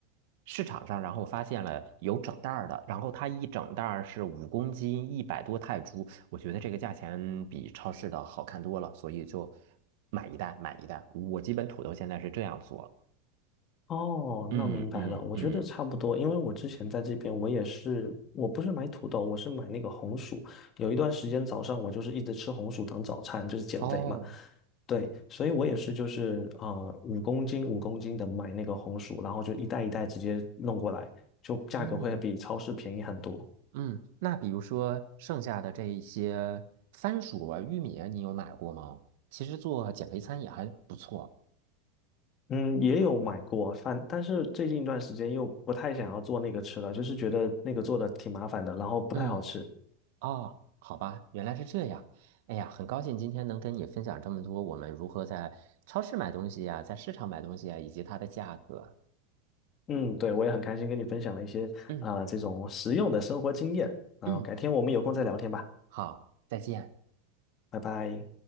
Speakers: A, on the right; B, on the left.
A: 市场上，然后发现了有整袋儿的，然后它一整袋儿是五公斤，一百多泰铢，我觉得这个价钱比超市的好看多了，所以就买一袋买一袋。我基本土豆现在是这样做。
B: 哦，
A: 嗯嗯嗯，
B: 那明白了。我觉得差不多，因为我之前在这边，我也是，我不是买土豆，我是买那个红薯。有一段时间早上我就是一直吃红薯当早餐，就是减肥嘛。
A: 哦，
B: 对，所以我也是，就是呃，五公斤五公斤的买那个红薯，然后就一袋一袋直接弄过来，就价格会比超市便宜很多。
A: 嗯嗯，那比如说剩下的这一些番薯啊、玉米啊，你有买过吗？其实做减肥餐也还不错。
B: 嗯，也有买过饭，但是最近一段时间又不太想要做那个吃了，就是觉得那个做的挺麻烦的，然后不太好吃，
A: 嗯，哦，好吧，原来是这样。哎呀，很高兴今天能跟你分享这么多，我们如何在超市买东西呀、在市场买东西啊，以及它的价格。
B: 嗯，对，我也很开心跟你分享了一些啊、
A: 嗯
B: 这种实用的生活经验啊、
A: 嗯，
B: 改天我们有空再聊天吧，
A: 好，再见。
B: 拜拜。